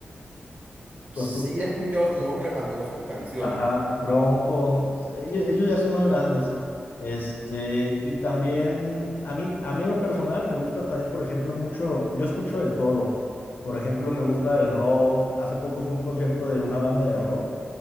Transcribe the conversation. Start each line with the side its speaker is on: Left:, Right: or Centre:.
Right: Sí
Left: Los tu-
Right: he escuchado su nombre, más no sus canciones.
Left: Ajá, Bronco. Ellos, ellos ya son más grandes. Este, y también a mí, a mí en lo personal me gusta también, por ejemplo, mucho, yo escucho de todo. Por ejemplo, me gusta el rock. Hace poco fue un concierto de una banda de rock.